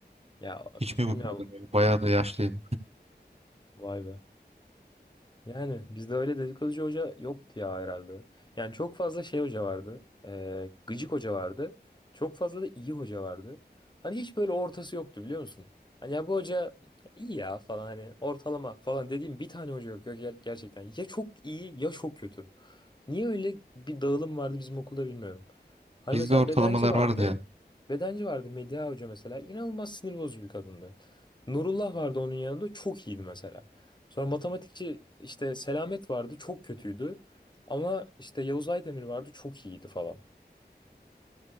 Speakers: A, on the left (about 25°); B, on the right (about 35°).
A: Ya
B: Hiç
A: bilmiyorum.
B: mi bıkmadın ya? Bayağı da yaşlıydı.
A: Vay be. Yani bizde öyle dedikoducu hoca yoktu ya herhalde. Yani çok fazla şey hoca vardı. Ee, gıcık hoca vardı. Çok fazla da iyi hoca vardı. Hani hiç böyle ortası yoktu biliyor musun? Hani ya bu hoca iyi ya falan hani ortalama falan dediğim bir tane hoca yok. Yok ger- gerçekten ya çok iyi ya çok kötü. Niye öyle bir dağılım vardı bizim okulda bilmiyorum. Hani
B: Bizde
A: mesela
B: ortalamalar
A: bedenci vardı.
B: vardı ya.
A: Bedenci vardı Medya Hoca mesela. İnanılmaz sinir bozucu bir kadındı. Nurullah vardı onun yanında çok iyiydi mesela. Sonra matematikçi işte Selamet vardı çok kötüydü. Ama işte Yavuz Aydemir vardı çok iyiydi falan.